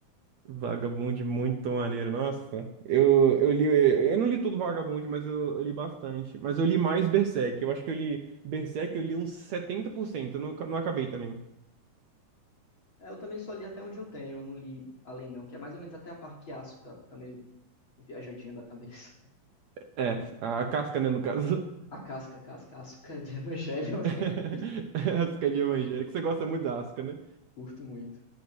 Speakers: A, on the right (about 65°); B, on the left (about 35°).
A: Vagabond muito maneiro. Nossa, eu, eu li. Eu não li todo Vagabond, mas eu, eu li bastante. Mas eu li mais Berserk. Eu acho que eu li Berserk, eu li uns 70%. Eu não, não acabei também.
B: É, eu também só li até onde eu tenho, eu não li além não, que é mais ou menos até a parte que Asuka fica meio viajadinha da cabeça. <laughs>
A: É, a casca, né, no caso.
B: A casca, casca, Asuka de Evangelho.
A: <laughs> Asca
B: <laughs>
A: de evangélico. Você gosta muito da Asca, né?
B: Curto muito,